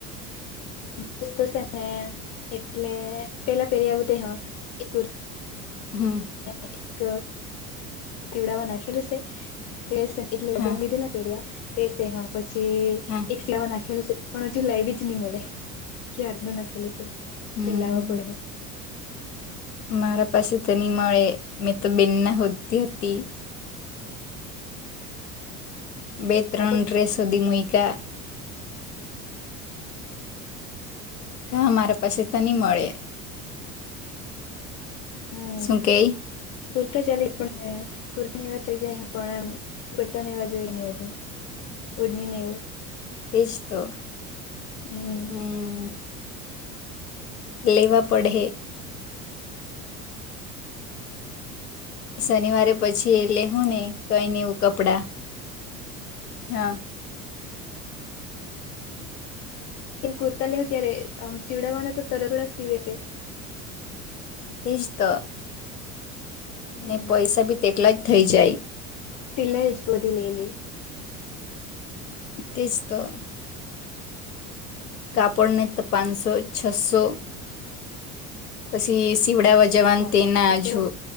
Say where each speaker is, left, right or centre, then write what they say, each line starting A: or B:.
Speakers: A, on the left; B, on the left.
A: ડ્રેસ તો છે ને એટલે પેલા પેરી આવું તે હ એક
B: હમ.
A: એક પીવડા નાખેલું છે તે એટલે લગ્ન
B: હા
A: વિધિ પહેરવા તેસે હા પછી
B: હા
A: એક સલાવા નાખેલા છે. પણ હજું લાઈવી જ નઈ મલે ક્યારનો નાખેલે સે
B: હમ
A: તે લાવા પડે.
B: મારા પાસે તેની મળે મેં તો બેનના હોતી હતી. બે ત્રણ
A: હમ
B: ડ્રેસ મૂક્યા. કા મારા પાસે તો નહી મળે.
A: હમ.
B: શું કે?
A: કુર્તા ચાલે પણ કુર્તા એવા ચલી જાય પણ એમ પટ્ટા નેવા જોઈને હજુ ઓઢણી ને એવું
B: તેજ તો
A: હમ
B: હમ્મ લેવા પડે હે. શનિવારે પછી એ લે હું ને કઈને એવું કપડા હા
A: <inaudible> કુર્તા લેવા જ્યારે સીવડાવાના તરત થોડી સીવી આપે.
B: તેજ તો.
A: હમ
B: ને પૈસા બી તેટલા જ થઈ જાય.
A: સિલાઈ જ <unintelligible>
B: તેજ તો કાપડને તો પાંચસો છસો પછી સીવડાવા જવાન
A: હા
B: તે ના
A: કાપડ
B: હજુ